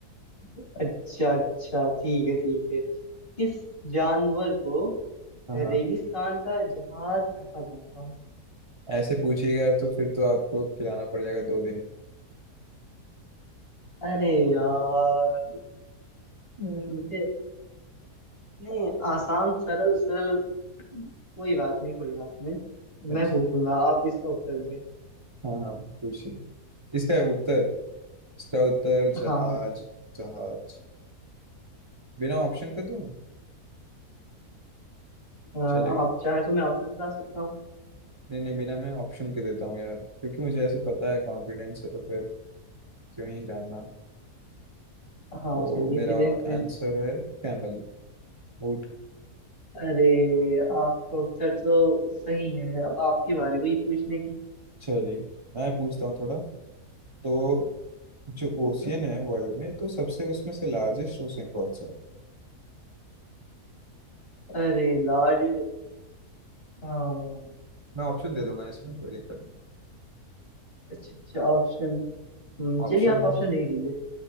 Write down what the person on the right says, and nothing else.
हाँ
हाँ
ऐसे पूछिएगा यार तो फिर तो आपको खिलाना पड़ जाएगा दो दिन में
हम्म,
अच्छा
हाँ हाँ पूछिए इसका उत्तर इसका उत्तर
जहाज
जहाज बिना ऑप्शन के दो
चलेगा
नहीं नहीं बिना मैं ऑप्शन के देता हूँ यार क्योंकि मुझे ऐसे पता है कॉन्फिडेंस है तो फिर क्यों ही जानना
तो
मेरा
आंसर है कैमल ऊँट
चलिए मैं पूछता हूँ थोड़ा तो जो
ओशियन
है वर्ल्ड में तो सबसे उसमें से लार्जेस्ट ओशियन कौन सा है
मैं ऑप्शन दे दूंगा इसमें कोई दिक्कत नहीं
ऑप्शन
है